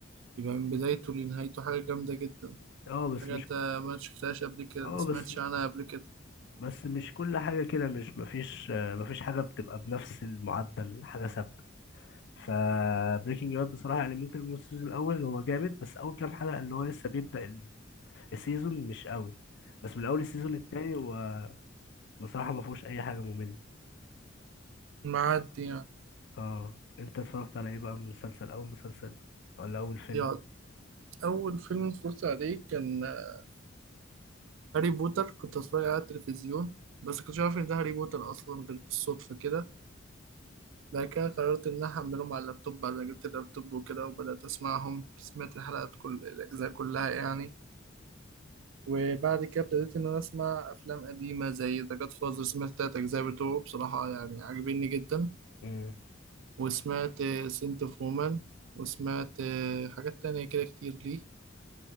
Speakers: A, on the right; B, on the left.
A: يبقى من بدايته لنهايته حاجة جامدة جدا
B: آه، بس
A: حاجة
B: مش
A: أنت
B: مش-
A: ما شفتهاش قبل كده
B: اه
A: ما سمعتش
B: بس
A: عنها قبل كده
B: بس مش كل حاجة كده مش مفيش آه، مفيش حاجة بتبقى بنفس المعدل حاجة ثابتة فبريكنج باد بصراحة يعني ممكن الموسم السيزون الأول هو جامد بس أول كام حلقة اللي هو لسه بيبدأ ال- السيزون مش قوي بس من أول السيزون التاني هو بصراحة ما فيهوش أي حاجة مملة
A: معدي يعني
B: اه أنت اتفرجت على إيه بقى من مسلسل أول مسلسل ولا أول فيلم؟
A: يا أول فيلم اتفرجت عليه كان آه، هاري بوتر كنت اتفرج عليه على التلفزيون بس كنتش عارف ان ده هاري بوتر اصلا غير بالصدفه كده بعد كده قررت ان انا احملهم على اللابتوب بعد ما جبت اللابتوب وكده وبدات اسمعهم سمعت الحلقات كل الاجزاء كلها يعني وبعد كده ابتديت ان انا اسمع افلام قديمه زي ذا جاد فازر سمعت التلات اجزاء بتوعه بصراحه يعني عاجبيني جدا
B: امم
A: وسمعت سنت اوف وومن وسمعت آه، حاجات تانية كده كتير ليه